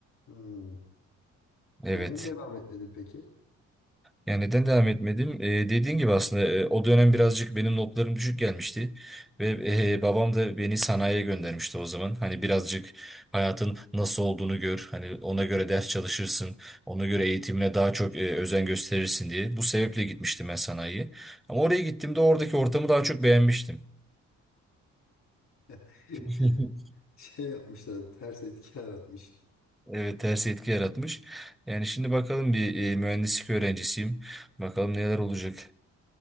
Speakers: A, on the left (about 65°); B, in the centre.
A: Hmm.
B: Evet.
A: Neden devam etmedin peki?
B: Yani neden devam etmedim? Ee, dediğin gibi aslında e, o dönem birazcık benim notlarım düşük gelmişti. Ve e, babam da beni sanayiye göndermişti o zaman. Hani birazcık hayatın nasıl olduğunu gör. Hani ona göre ders çalışırsın. Ona göre eğitimine daha çok e, özen gösterirsin diye. Bu sebeple gitmiştim ben sanayiye. Ama oraya gittiğimde oradaki ortamı daha çok beğenmiştim.
A: <laughs>
B: <laughs>
A: Şey yapmışlar, ters etki yaratmış.
B: Evet ters etki yaratmış. Yani şimdi bakalım bir e, mühendislik öğrencisiyim. Bakalım neler olacak.